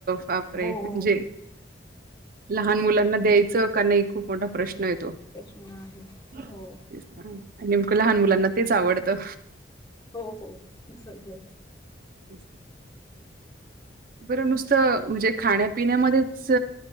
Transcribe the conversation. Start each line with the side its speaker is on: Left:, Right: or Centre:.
Right: बापरे
Left: हो हो
Right: जे लहान मुलांना द्यायचं का नाही खूप मोठा प्रश्न येतो
Left: प्रश्न आहे
Right: आणि
Left: हो.
Right: नेमकं लहान
Left: हो
Right: मुलांना तेच आवडतं.
Left: हो हो सगळं
Right: अ् बरं नुसतं म्हणजे खाण्या पिण्यामध्येच